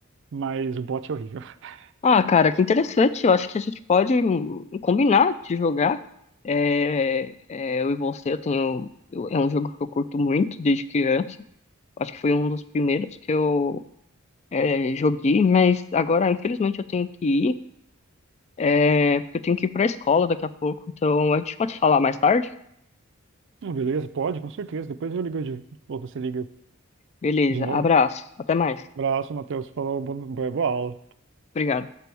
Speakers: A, on the right; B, on the left.
A: Mas o bot é horrível. <laughs>
B: Ah, cara, que interessante. Eu acho que a gente pode hum, hum, combinar de jogar. É, é, eu e você, eu tenho. eu- é um jogo que eu curto muito desde criança. Acho que foi um dos primeiros que eu é, joguei, mas agora, infelizmente, eu tenho que ir, é, porque eu tenho que ir pra escola daqui a pouco. Então, a gente pode falar mais tarde?
A: Hum, beleza, pode, com certeza. Depois eu ligo de. Ou você liga
B: Beleza,
A: de novo.
B: abraço, até mais.
A: Abraço, Matheus. Falou, boa boa aula.
B: Obrigado.